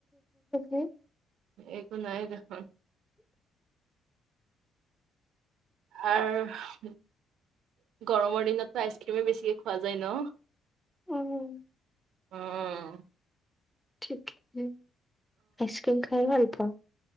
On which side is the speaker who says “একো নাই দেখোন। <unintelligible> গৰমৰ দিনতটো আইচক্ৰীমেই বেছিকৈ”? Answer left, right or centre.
Right